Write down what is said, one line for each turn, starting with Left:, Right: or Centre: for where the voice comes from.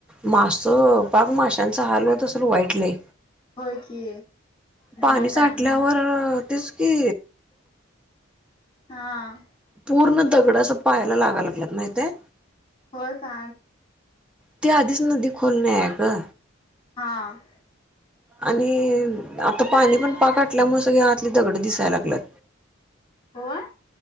Centre: मासं पाक माश्या त्यांचा हाल होत असलं वाईट लई.
Left: होय की.
Centre: पाणी
Left: नाही
Centre: साठल्यावर
Left: काय नाही
Centre: तेच कि
Left: हां
Centre: पूर्ण दगड असं पायला लागाय लागल्यात माहित हाय?
Left: होय का
Centre: ते आधीच नदी खोल नाई आहे ग.
Left: हां
Centre: आणि आता पाणी पण पाक आटल्यामुळं सगळे आतली दगड दिसायला लागल्यात.
Left: होय?